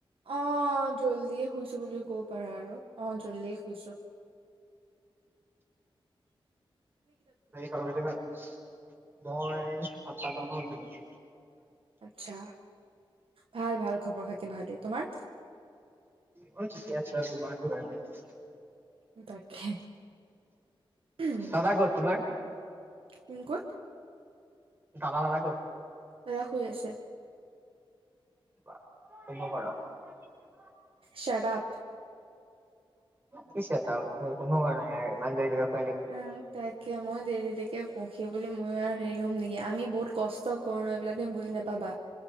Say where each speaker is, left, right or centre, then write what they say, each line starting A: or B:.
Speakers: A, on the right; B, on the right.
A: আহ জল্ডিয়ে শুইছো বুলি কব পাৰে আৰু আহ জল্দিিয় শুইছো ।
B: ন খাল পছে ন । ময় আ ত নতাত উঠিলোঁ ।
A: আচ্ছা ভাল ভাল খবৰ খাতি ভালেই তোমাৰ ।
B: মই তাইক আছেমাৰ। <inaudible>
A: তাকে উম।
B: দাদা ক'ত তোমাৰ?
A: কোন ক'ত?
B: দাদা, দাদা ক'ত?
A: দাদা শুই আছে।
B: <unintelligible>
A: চাট আপ
B: কি চাট আপ <unintelligible>
A: উম তাকে মই দেৰিলৈকে শুওঁ। সেইবুলি মোৰ আৰু, হেৰি হ'ম নেকি আমি বহুত কষ্ট, কৰো এইবিলাক তুমি বুজি নাপাবা